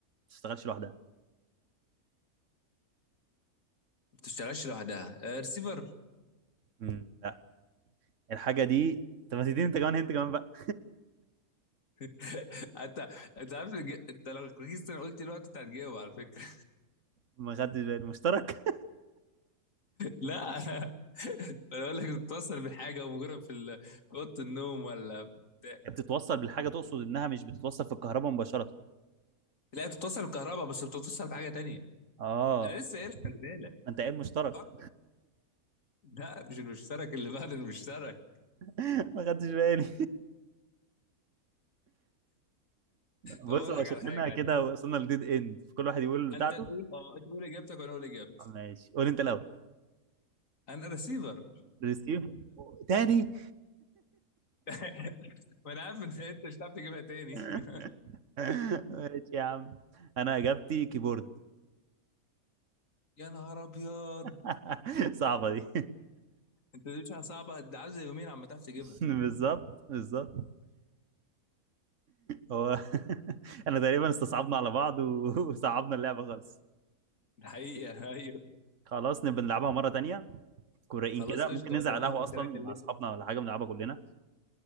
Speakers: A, on the right; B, on the left.
A: بتشتغلش لوحدها
B: ما بتشتغلش لوحدها آه ريسيفر
A: مم، لا الحاجة دي طب ما تديني انت كمان انت كمان بقى
B: <laughs> انت انت عارف الج- انت لو ركزت انا قلت الوقت انت هتجاوب على فكره
A: ما خدتش بالي مشترك
B: لا <laughs> انا بقول لك بتتصل بحاجه ومجرد في ال- في اوضه النوم ولا
A: <laughs>
B: بتاع
A: هي بتتوصل بالحاجة تقصد انها مش بتتوصل في الكهرباء مباشرة
B: لا بتتصل بكهرباء بس بتتصل بحاجه تانية
A: اه
B: انا لسه قايل لك، خلي بالك
A: ما انت قايل مشترك
B: فكر لا مش المشترك اللي بعد المشترك
A: <laughs> ما خدتش بالي بص
B: طب اقول
A: هو
B: لك
A: شكلنا
B: على حاجه
A: كده
B: عشان
A: وصلنا لديد اند كل واحد يقول بتاعته
B: انت تقول اه انت تقول اجابتك وانا اقول اجابتي
A: ماشي قول انت الاول
B: انا رسيفر
A: ريسيف تاني
B: <laughs> ما انا عارف ان انت مش هتعرف تجيبها تاني
A: <laughs>
B: <laughs>
A: ماشي يا عم انا اجابتي كيبورد
B: يا نهار ابيض
A: <laughs> صعبة دي
B: انت دي مش صعبه ده عايز يومين عم تعرف تجيبها
A: <laughs> بالظبط بالظبط هو <laughs> انا تقريبا استصعبنا على بعض و- <laughs> وصعبنا اللعبة خالص
B: ده حقيقه ايوه
A: خلاص نبقى نلعبها مرة تانية كوريين
B: خلاص
A: كده
B: قشطه
A: ممكن ننزل
B: وقت ما
A: على
B: تفضل
A: القهوة اصلا
B: كده أكلمك.
A: مع اصحابنا ولا حاجة بنلعبها كلنا